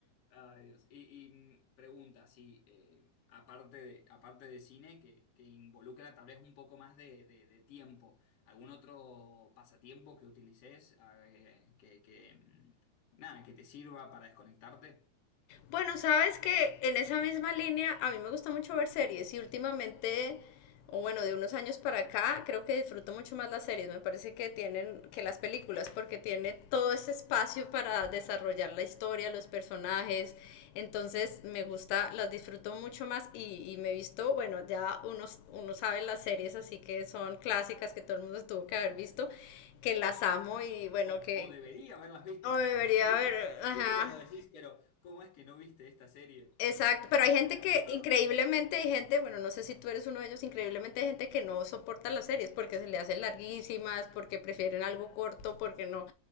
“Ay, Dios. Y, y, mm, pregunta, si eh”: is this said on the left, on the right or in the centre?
Left